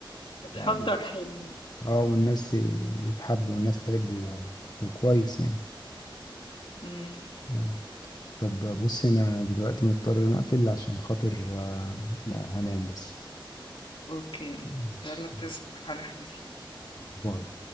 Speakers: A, on the left; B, on the left.
A: متحضر
B: ويعني
A: حلو
B: اه والناس يتحب والناس تحبه كويس يعني
A: مم.
B: يعني. طب بص انا دلوقتي مضطر ان أنا اقفل عشان خاطر آه، هنام بس
A: اوكي
B: ماشي.
A: يلا تصبح على خير
B: باي